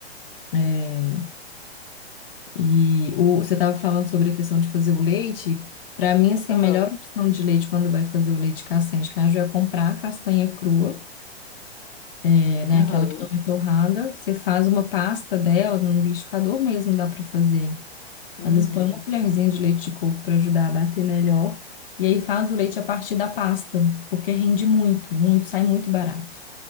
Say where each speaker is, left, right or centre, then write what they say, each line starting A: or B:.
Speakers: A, on the left; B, on the left.
A: É, e o, você estava falando sobre a questão de fazer o leite. Para mim, assim,
B: Aham,
A: a melhor opção de leite quando vai fazer o leite castanha de caju é comprar a castanha crua, é, né?
B: aham.
A: Aquela que não é torrada. Você faz uma pasta dela no liquidificador mesmo, dá para fazer.
B: Uhum.
A: Às vezes põe uma colherzinha de leite de coco para ajudar a bater melhor. E aí faz o leite a partir da pasta, porque rende muito, muito, sai muito barato.